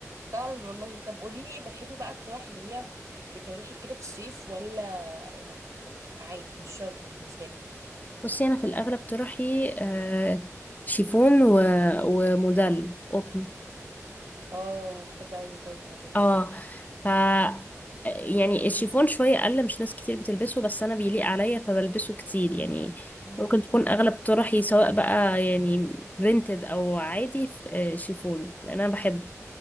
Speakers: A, on the right (about 80°); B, on the left (about 30°).
A: فعلا والله طب قولي لي بتحبي بقى الطواح اللي هي بتريحك كده في الصيف ولا لا عادي مش شرط بالنسبة لك
B: <laughs> بصي انا في الاغلب طرحي آه شيفون و... وموديل قطن
A: اه بحب اوي برضه الموضوع ده.
B: اه ف يعني الشيفون شوية اقل مش ناس كتير بتلبسه بس انا بيليق عليا فبلبسه كتير يعني
A: مم.
B: ممكن تكون اغلب طرحي سواء بقى يعني برينتد او عادي في- آه، شيفون لان انا بحبه